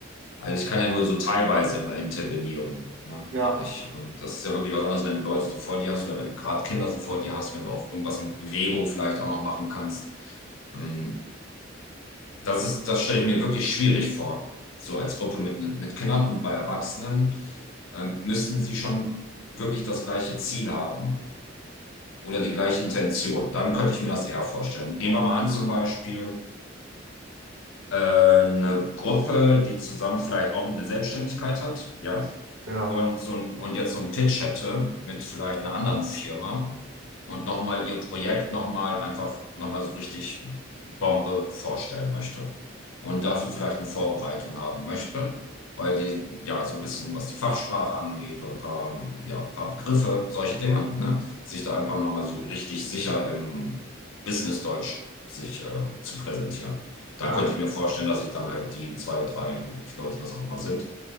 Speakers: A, on the left; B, on the right.
A: Also ich kann ja nur so teilweise immer intervenieren. Ne?
B: ja,
A: Ich, äh, das ist ja wirklich was anderes, wenn du Leute so vor dir hast oder wenn du gerade Kinder so vor dir hast, wenn du auch irgendwas mit Bewegung vielleicht auch noch machen kannst. Ähm, Das ist, das stelle ich mir wirklich schwierig vor. So als Gruppe mit, mit Kindern und bei Erwachsenen ähm, müssten sie schon wirklich das gleiche Ziel haben oder die gleiche Intention. Dann könnte ich mir das eher vorstellen. Nehmen wir mal an, zum Beispiel, äh, eine Gruppe, die zusammen vielleicht auch eine Selbstständigkeit hat, ja,
B: ja.
A: und, so ein, und jetzt so einen Pitch hätte mit vielleicht einer anderen Firma und nochmal ihr Projekt nochmal einfach nochmal so richtig Bombe vorstellen möchte und dafür vielleicht eine Vorbereitung haben möchte, weil die ja so ein bisschen, was die Fachsprache angeht oder ein paar, ja, ein paar Begriffe, solche Dinge, ne, sich da einfach nochmal so richtig sicher im Business-Deutsch sich äh, zu präsentieren. Da
B: Ja,
A: könnte ich mir vorstellen, dass ich dann halt die zwei, drei, oder wie viele Leute das auch immer sind,